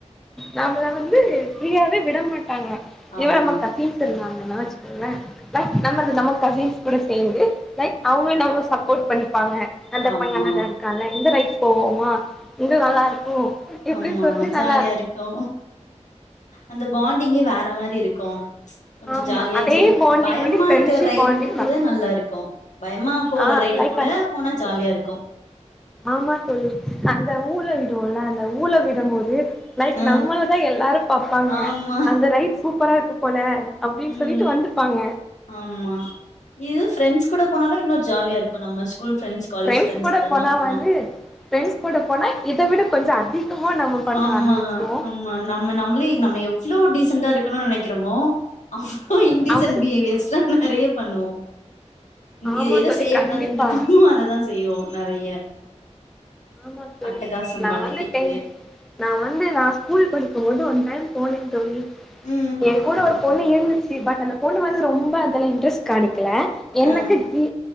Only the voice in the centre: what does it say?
நம்மள வந்து ஃப்ரீயாவே விட மாட் டாங்க
இவ <unintelligible> <unintelligible> இருந்தாங்கனா வச்சுகோங்களே நம் நம்ம நம்ம கசின்ஸ் கூட சேர்ந்து ரைட் அவங்க நம்மள சப்போட் பண்ணிப்பாங்க அந்த
பைய அழகா இருக்கான்ல இந்த ரைட்ஸ் போவோமா இங்க நல்லா இருக்கு இப்டி
சொல்லி
நல்லா
ஆமா
அதே
பாண்டிங்
வந்து ஃப்ரெண்ட்ஷிப்
பாண்டிங்
ஆ
லைக்
அந்
ஆமா தோழி அந்த ஊல விடுவோல அந்த ஊல விடம்போது லைக்
நம்மள தா எல்லாரு பாப்பாங்க
அந்த ரைட் சூப்பரா இருக்கு போல அப்டினு
சொல்ட்டு வந்துப்பாங்க
ஃப்ரெண்ட்ஸ்
கூட
வந்து ஃப்ரெண்ட்ஸ் கூட போனா இத விட கொஞ்ச அதிகமா நம்ம பண்ண
ஆரம்பிச்சிருவோ
அவங்களுக்கு
ஆமா
தோழி
கண்டிப்பா
ஆமா தோழி
நா
வந்து டென்த் நா வந்து நா ஸ்கூல் படிக்கும் போது ஒன் டைம் போனே தோழி
ஏ கூட ஒரு பொண்ணு இருந்துச்சு பட் அந்த பொண்ணு வந்து ரொம்ப அதுல இன்ட்ரெஸ்ட் காணி கீல எனக்கு
இ